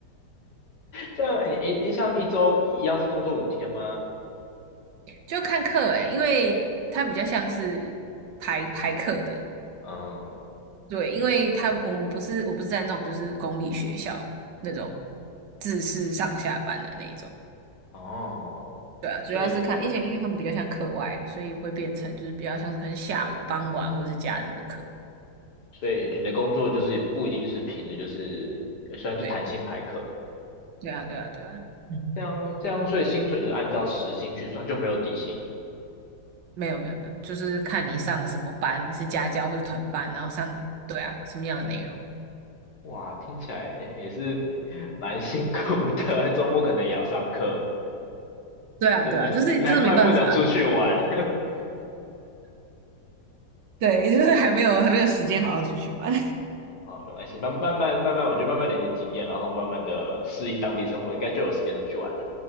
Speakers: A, on the left; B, on the right.
A: 这样一一像一周一样是工作五天吗？
B: 对，就看课诶、因为它比较像是排排课的，
A: 嗯，
B: 对，因为他我们不是我不是在那种就是公立学校那种自式上下班的那一种，
A: 哦，
B: 对啊，主要是看，
A: 所以
B: 而且因为他们比较像课外，所以会变成就是比较像是可能下午、傍晚或者是假日的课，
A: 所以你的工作就是不一定就是平的，就是呃虽然就弹性排课，
B: 对，对啊，对啊，对啊，嗯。
A: 这样这样，所以薪水就是按照时薪去算，就没有底薪。
B: 没有没有没有，就是看你上什么班，你是家教或者团班，然后上，对啊，什么样的内容？
A: 哇，听起来也是蛮辛苦的，<laughs> 周末可能也要上课，
B: 对啊对啊，
A: 就难难怪不能出去玩。
B: 就是真的没办法，
A: <laughs>
B: 对，就是还没有还没有时间好好出去玩。
A: 哦，没关系，慢慢慢慢慢，我觉得慢慢累积经验，然后慢慢的适应当地生活，应该就有时间出去玩了。